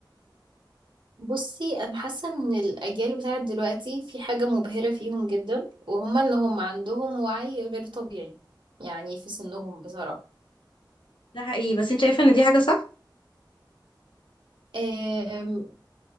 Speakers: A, on the right; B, on the left.
A: بصي انا حاسة ان الاجيال بتاعت دلوقتي في حاجة مبهرة فيهم جدا وهم ان هم عندهم وعي غير طبيعي يعني في سنهم بصراحة
B: ده حقيقي بس انت شايفة ان دي حاجة صح؟
A: آم،